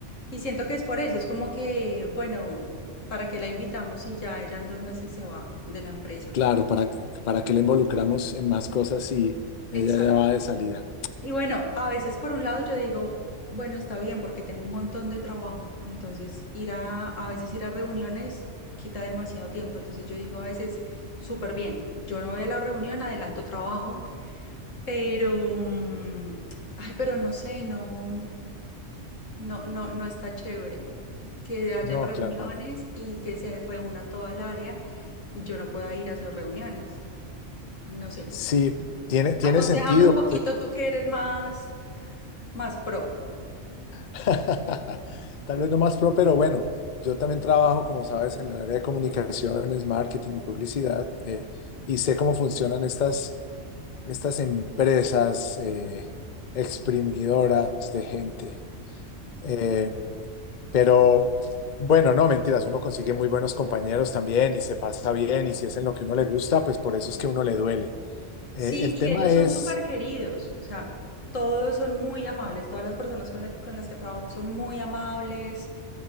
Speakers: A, on the left (about 85°); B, on the left (about 45°).
A: y siento que es por eso, es como que, bueno, ¿para qué la invitamos si ya ella en dos meses se va de la empresa?
B: claro, ¿para, para qué la involucramos en más cosas si ella
A: Exacto.
B: ya va de salida?
A: Y bueno, a veces por un lado yo digo, bueno, está bien porque tengo un montón de trabajo, entonces ir a, a veces ir a reuniones quita demasiado tiempo, entonces yo digo a veces, súper bien, yo no voy a la reunión, adelanto trabajo, pero, mm, ay, pero no sé, no, no, no, no está chévere que hayan
B: No,
A: reuniones
B: claro.
A: y que se reúna toda el área y yo no pueda ir a esas reuniones, no sé.
B: Sí, tiene, tiene
A: Aconséjame
B: sentido,
A: un poquito tú que eres más, más pro.
B: <laughs> Tal vez no más pro, pero bueno, yo también trabajo, como sabes, en el área de comunicaciones, marketing y publicidad, eh, y sé cómo funcionan estas, estas empresas eh, exprimidoras de gente. Eh, pero bueno, no, mentiras, uno consigue muy buenos compañeros también y se pasa bien, y si es en lo que uno le gusta, pues por eso es que uno le duele. Eh,
A: Sí,
B: el
A: y
B: tema
A: ellos
B: es,
A: son súper queridos, o sea, todos son muy amables, todas las personas con, la- con las que trabajo son muy amables